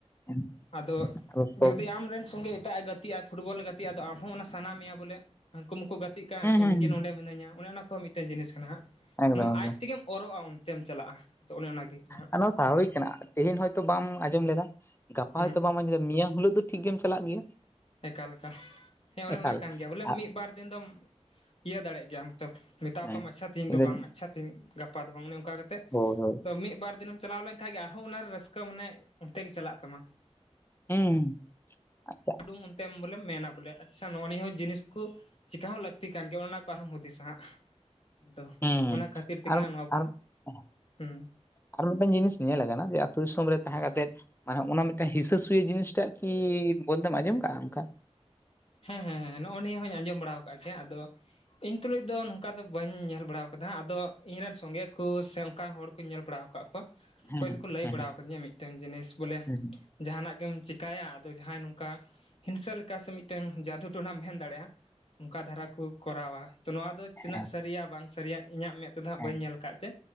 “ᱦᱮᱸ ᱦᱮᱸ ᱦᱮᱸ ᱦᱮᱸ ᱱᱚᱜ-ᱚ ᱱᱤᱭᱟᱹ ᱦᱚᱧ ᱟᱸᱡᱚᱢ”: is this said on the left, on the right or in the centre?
Left